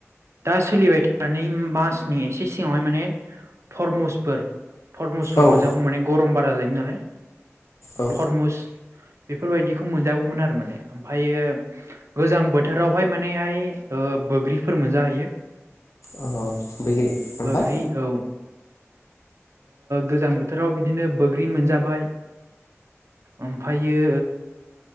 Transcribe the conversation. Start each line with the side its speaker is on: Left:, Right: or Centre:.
Right: दा सोलिबाय थानाय मासनि एसे सिगावहाय माने थरमुसफोर थरमुसफोर
Left: औ
Right: मोनजागौ मानेम गरम बारा जायो नालाय
Left: औ
Right: थरमुस बेफोरबायदिखौ मोनजागौमोन आरो माने ओमफ्रायो गोजां बोथोरावहाय मानेहाय बैग्रिफोर मोनजाहै यो
Left: अ बैग्रि ओमफ्राय
Right: बैग्रि औ गोजां बोथोराव बिदिनो बैग्रि मोनजाबाय ओमफ्रायो